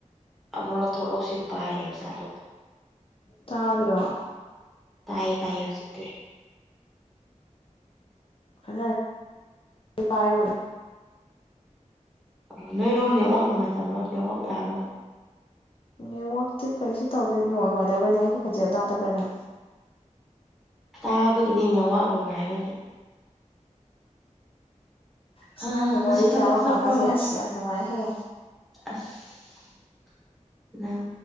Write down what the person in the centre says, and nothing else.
ꯑꯃꯨꯛ ꯂꯧꯊꯣꯛ ꯂꯧꯁꯤꯟ ꯄꯥꯏ ꯂꯩ ꯏꯆꯥꯥꯗꯣ
ꯇꯥꯏꯌꯦ ꯇꯥꯏꯌꯦ ꯍꯧꯖꯤꯗꯤꯦ
ꯑ ꯅꯣꯏꯔꯣꯝ ꯅꯦꯠꯋꯥꯛ ꯅꯨꯡꯉꯥꯏꯇꯕ꯭ꯔꯣ ꯅꯦꯠꯋꯥꯛ ꯌꯥꯕ꯭ꯔꯣ
ꯇꯥꯕꯒꯤꯅꯤꯅꯦꯋꯥꯥꯛ ꯅꯨꯡꯉꯥꯏꯕꯒꯤ
ꯍꯥ ꯉꯁꯤ
ꯊꯕꯛ
ꯆꯠꯄ꯭ꯔꯣ
ꯑꯁ ꯅꯪ